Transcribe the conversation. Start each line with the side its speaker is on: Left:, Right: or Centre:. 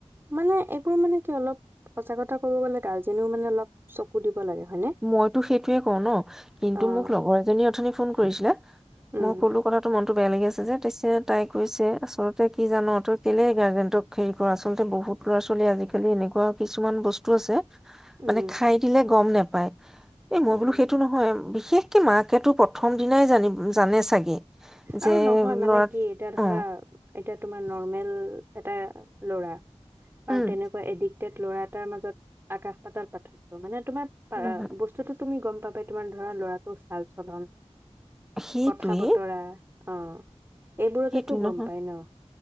Right: মানে, একো মানে, কি অলপ সঁচা কথা ক'ব গ'লে গাৰ্জেনেও মানে অলপ চকু দিব লাগে হয়নে?
Centre: মইতো সেইটোৱে কওঁ ন, কিন্তু
Right: অ',
Centre: মোক লগৰ এজনী অথনি ফোন কৰিছিলে।
Right: উম,
Centre: মই কলো কথাটো, মনতটো বেয়া লাগি আছে যে, তাৰ পিছত তাই কৈছে আচলতে কি জান তই কেলেই গাৰ্জেণ্টক হেৰি কৰ। আচলতে বহুত ল'ৰা ছোৱালী আজিকালি এনেকুৱা কিছুমান বস্তু আছে
Right: উম,
Centre: মানে খাই দিলে গম নাপা পায়। এ মই
Right: উম,
Centre: বোলো সেইটো নহয় বিশেষ কি মাকেতো প্ৰথম দিনাই জানি জানে চাগে, যে
Right: আৰু নহয় মানে
Centre: ল'ৰা
Right: কি এতিয়া ধৰা
Centre: অ
Right: এতিয়া তোমাৰ নৰ্মেল এটাই ল'ৰা।
Centre: উম
Right: আৰু তেনেকুৱা এডিক্টেড ল'ৰা তাৰ মাজত আকাশ পাতাল পাৰ্থক্য মানে। তোমাৰ <unintelligible>
Centre: নহয়
Right: বস্তুতো তুমি গ'ম বাবে তোমাৰ ধৰা, ল'ৰাটোৰ চাল চলন
Centre: সেইটোৱে
Right: কথা বতৰা অ এইবোৰতেতো
Centre: সেইটো
Right: গম
Centre: নহয়
Right: পাই ন?